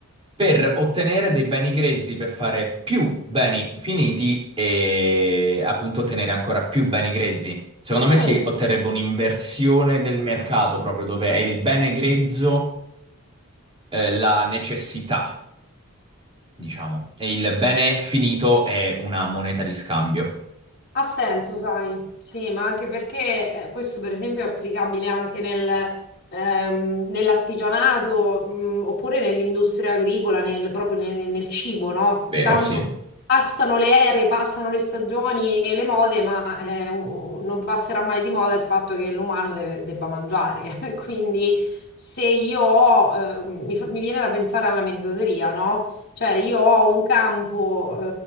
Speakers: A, on the right (about 25°); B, on the left (about 50°).
A: per ottenere dei beni grezzi per fare più beni finiti e appunto ottenere ancora più beni grezzi. Secondo me
B: Mm.
A: si otterrebbe un'inversione del mercato proprio dove è il bene grezzo, eh, la necessità, diciamo, e il bene finito è una moneta di scambio.
B: Ha senso, sai, sì, ma anche perché eh, questo per esempio è applicabile anche nel, ehm, nell'artigianato, mh, oppure nell'industria agricola, nel, proprio nel, nel cibo, no?
A: Vero,
B: Tanto
A: sì.
B: passano le ere, passano le stagioni e le mode, ma eh, u- non passerà mai di moda il fatto che l'umano deve- debba mangiare. <laughs> Quindi se io ho, eh, mi, fa- mi viene da pensare alla mezzateria, no? Cioè, io ho un campo